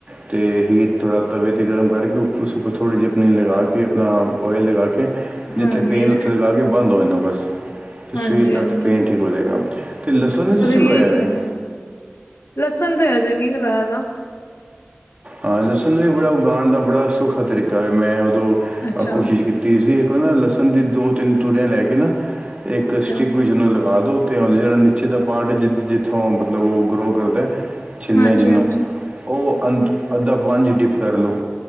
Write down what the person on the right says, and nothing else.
ਅਤੇ ਹੀਟ ਥੋੜ੍ਹਾ ਤਵੇ ਤੇ ਗਰਮ ਕਰਕੇ ਉਸ ਉੱਪਰ ਥੋੜ੍ਹੀ ਜਿਹੀ ਆਪਣੀ ਲਗਾ ਕੇ ਆਪਣਾ ਓਇਲ ਲਗਾ ਕੇ ਜਿੱਥੇ
ਪੇਨ ਉੱਥੇ ਲਗਾ ਕੇ ਬੰਨ ਹੋਏ ਬਸ
ਸਵੇਰ ਤੱਕ
ਪੇਨ ਠੀਕ ਹੋ ਜਾਏਗਾ। ਤੇ ਲਸਣ ਵੀ ਤੁਸੀਂ
ਉਗਾਇਆ ਵੇ
ਹਾਂ। ਲੱਸਣ ਵੀ ਬੜਾ ਉਗਾਉਣ ਦਾ ਬੜਾ ਸੌਖਾ ਤਰੀਕਾ ਹੈ। ਮੈਂ ਉਦੋਂ
ਕੋਸ਼ਿਸ਼ ਕੀਤੀ। ਸੀ। ਇੱਕ ਨਾ ਲਸਣ ਦੀ ਦੋ -ਤਿੰਨ ਤੂਰੀਆਂ ਲੈ ਕੇ ਨਾ ਇੱਕ
ਸਟੀਕ ਵਿਚ ਉਨੂੰ ਲਗਾ ਦੋ। ਜਿਹੜਾ ਨਿੱਚੇ ਦਾ ਪਾਰਟ ਹੈ ਜ ਜਿੱਥੋਂ ਮਤਲਬ ਉਹ ਗਰੋ ਕਰਦਾ ਛਿੱਲੇ
ਜਿਹਨੂੰ
ਉਹ ਅੰ ਅੱਧਾ ਪਾਣੀ 'ਚ ਡਿਪ ਕਰ ਲਉ-